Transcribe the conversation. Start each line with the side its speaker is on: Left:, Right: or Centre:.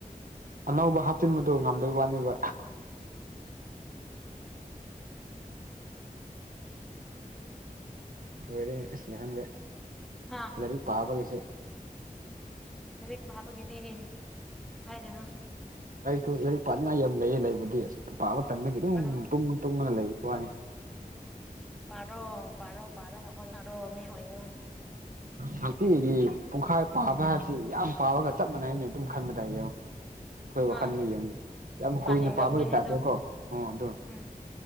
Right: ꯑꯅꯧꯕ ꯍꯥꯞꯆꯤꯟꯕꯗꯣ ꯉꯝꯗꯣꯏ ꯋꯥꯅꯦꯕ <unintelligible>
Centre: ꯍꯥꯥ
Right: ꯂꯥꯏꯔꯤꯛ ꯄꯥꯕ ꯀꯩꯁꯦ
Centre: ꯂꯥꯏꯔꯛ ꯄꯥꯕꯒꯤꯗꯤ ꯍꯥꯏꯔꯅꯣ
Right: ꯑꯩꯁꯨ ꯂꯩ ꯄꯥꯅꯤꯡꯉꯥꯏ ꯌꯥꯝ ꯂꯩꯌꯦ ꯂꯩꯕꯗꯤ ꯄꯥꯕ ꯇꯟꯕꯒꯤ ꯑꯗꯨꯝ
Centre: ꯄꯥꯔꯣ
Right: ꯇꯨꯝ ꯇꯨꯝꯉꯒ ꯂꯩꯕ ꯋꯥꯅꯤ
Centre: ꯄꯥꯔꫭ ꯄꯥꯔꫭ ꯄꯥꯔꯥꯒ ꯍꫭꯠꯅꯔꫭ ꯃꯤ ꯑꯣꯏꯅꯤꯡꯉꯥꯏ
Right: ꯍꯥꯟꯇꯤꯒꯤ ꯄꯨꯡꯈꯥꯏ ꯄꯥꯕ ꯍꯥꯏꯕꯁꯤ ꯌꯥꯝ ꯄꯥꯕꯒ ꯆꯞ ꯃꯥꯟꯅꯩꯅ ꯑꯗꯨꯝ ꯈꯟꯕꯗꯥ ꯌꯦꯡꯉꫭ ꯑꯩꯈꯣꯏ
Centre: ꯍꯣꯏ
Right: ꯋꯥꯈꯜꯗ ꯌꯡꯅꯤ ꯌꯥꯝ ꯀꯨꯏꯅ
Centre: ꯄꯥꯅꯤꯡꯗꯕꯒꯤꯅꯤꯗ
Right: ꯄꯥꯕꯒꯤ ꯇꯥꯛꯇꯦꯀꯣ ꯎ ꯑꯗꯨ
Centre: ꯎꯝ